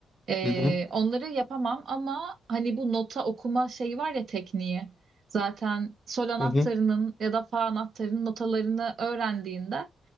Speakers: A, on the right; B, on the left.
A: Ee,
B: Hı hı.
A: onları yapamam ama hani bu nota okuma şeyi var ya tekniği. Zaten sol anahtarının
B: Hı hı.
A: ya da fa anahtarının notalarını öğrendiğinde